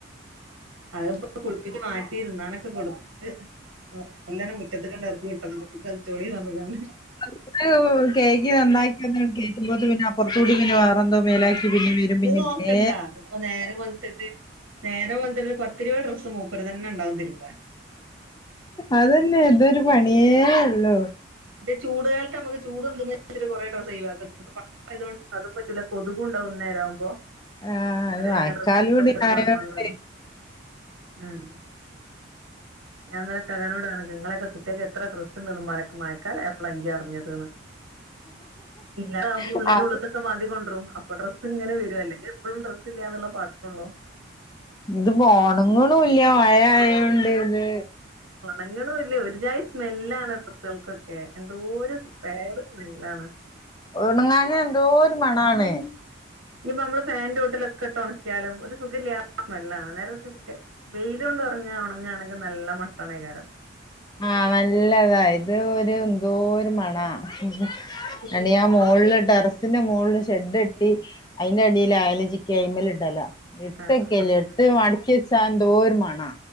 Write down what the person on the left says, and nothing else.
<unintelligible> കേയ്കി നന്നാക്കിന്ന് കേക്കുമ്പോ പിന്നെ അപ്പറത്ത കൂടി പിന്നെ വേറെന്തോ മേലാക്കി പിന്നെ വരും പിന്നെ
ഇതേ
അതന്നെ ഇതൊരു പണിയേ ഒള്ളോ
ആ
അത് മഴക്കാലം
കൂടി
ആയോണ്ട്
അത്
ഇത് പോ ഓണങ്ങ് ണുംഇല്ല മഴ ആയോണ്ട് ഇത്
ഒണങ്ങാഞ്ഞഎന്തോര് മണാണ്
ആ നല്ലതാ ഇത് ഒര് എന്തോര് മണാ <unintelligible>
ഞാം മോള് ല് ടെറസ് ത്തിന്റെ മോള്ല് ഷെഡ് കെട്ടി അയിന്റെ അടീല്ആയല് ചിക്കി അയ്മല് ഇടലാ ഇട്ത്തെ
കേല്ല
ഇട്ത്ത് മടക്കി വെച്ചാ എന്തോ ര് മണാ